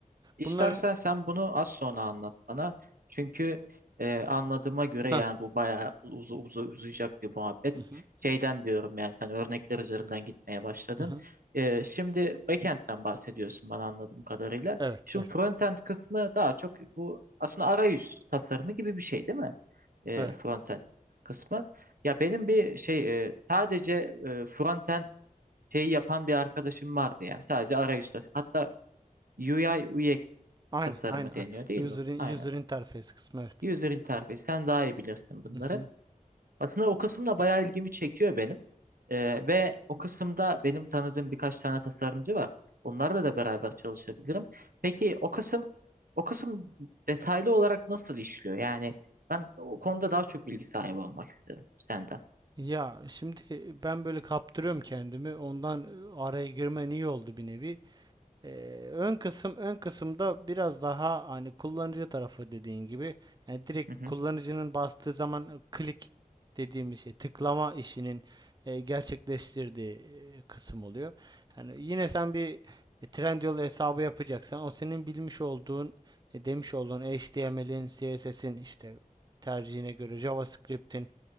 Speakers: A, on the right; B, on the right.
A: İstersen
B: Bunların
A: sen bunu az sonra anlat bana. Çünkü e, anladığıma göre
B: Heh,
A: yani bu bayağı uzu, uzu, uzayacak bir muhabbet.
B: hı hı,
A: Şeyden diyorum yani sen örnekler üzerinden gitmeye başladın.
B: hı hı.
A: E, şimdi backend'den bahsediyorsun bana anladığım kadarıyla.
B: Evet,
A: Şimdi
B: evet.
A: frontend kısmı daha çok bu aslında arayüz tasarımı gibi bir şey değil mi? E,
B: Evet.
A: frontend kısmı. Ya benim bir şey e, sadece e, frontend şeyi yapan bir arkadaşım vardı yani sadece arayüz tasarımı. Hatta UI UX
B: Aynen,
A: tasarımı
B: aynen.
A: deniyor
B: a-
A: değil
B: User,
A: mi?
B: in-
A: Aynen.
B: user interface kısmı evet.
A: User interface. Sen daha iyi bilirsin bunları.
B: Hı hı.
A: Aslında o kısım da bayağı ilgimi çekiyor benim. Ee, ve o kısımda benim tanıdığım birkaç tane tasarımcı var. Onlarla da beraber çalışabilirim. Peki o kısım o kısım detaylı olarak nasıl işliyor? Yani ben o konuda daha çok bilgi sahibi olmak isterim senden.
B: Ya şimdi ben böyle kaptırıyorum kendimi. Ondan e, araya girmen iyi oldu bir nevi. Ee, ön kısım ön kısımda biraz daha hani kullanıcı tarafı dediğin gibi yani direkt
A: Hı hı,
B: kullanıcının
A: hı hı,
B: bastığı zaman e, klik dediğimiz şey tıklama işinin e, gerçekleştirdiği e, kısım oluyor. Yani yine sen bir e, Trendyol hesabı yapacaksan o senin bilmiş olduğun e, demiş olduğun HTML'in, CSS'in işte tercihine göre JavaScript'in